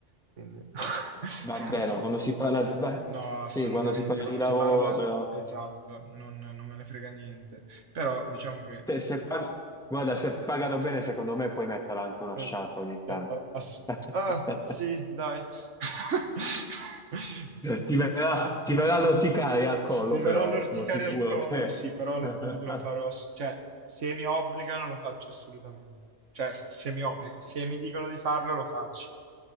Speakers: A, on the right; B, in the centre.
A: quindi <laughs>
B: Vabbè, ma quando si parla di... beh,
A: no, assolutamente.
B: sì, quando si parla
A: Quando
B: di lavoro
A: si parla,
B: però...
A: esatto, non, non me ne frega niente. Però diciamo che
B: Se- se pag- Guarda, se pagano bene, secondo me puoi mettere anche una
A: Eh,
B: sciarpa ogni tanto.
A: eh, a- ass-
B: <laughs>
A: ah, sì, dai. <laughs>
B: Ti verrà, ti verrà l'orticaria al collo,
A: Mi verrà
B: però
A: l'orticaria
B: sono sicuro
A: al collo,
B: che...
A: sì, però l-
B: <laughs>
A: lo farò, ass- cioè, se mi obbligano lo faccio assolutamente. Cioè, s- se mi obbligano, se mi dicono di farlo lo faccio.